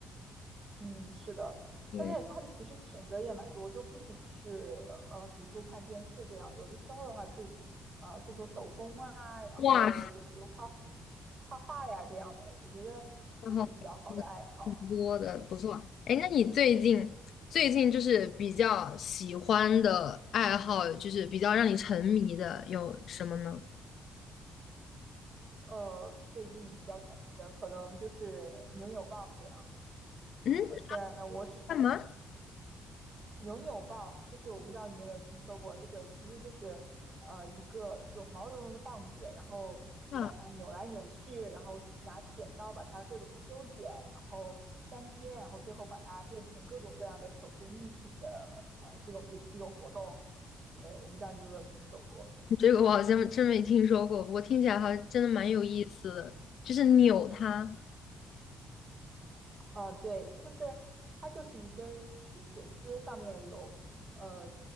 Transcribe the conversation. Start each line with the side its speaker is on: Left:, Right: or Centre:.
Right: 嗯，是的，
Left: 对，
Right: 但是它的其实选择也蛮多，就不仅是呃读书、看电视这样，有的时候的话可以呃做做手工啊，然后就比如画
Left: 哇，
Right: 画画呀这样的，我觉得都是比较好的爱好。
Left: 然后挺多的，不错。哎，那你最近最近就是比较喜欢的爱好，就是比较让你沉迷的有什么呢？
Right: 呃，最近比较沉迷的可能就是扭扭棒这样。
Left: 嗯，
Right: 呃，虽然我
Left: 干嘛？
Right: 扭扭棒，就是我不知道你有没有听说过，这个其实就是呃一个这种毛茸茸的棒子，然后你把它扭来扭去，
Left: 啊，啊
Right: 然后拿剪刀把它各种修剪，然后粘贴，然后最后把它变成各种各样的手工艺品的呃这种一一种活动。对，我不知道你有没有听说过。
Left: 这个我好像真没听说过，我听起来好像真的蛮有意思的，就是扭它。
Right: 呃，对，就是它就是一根铁铁丝，上面有呃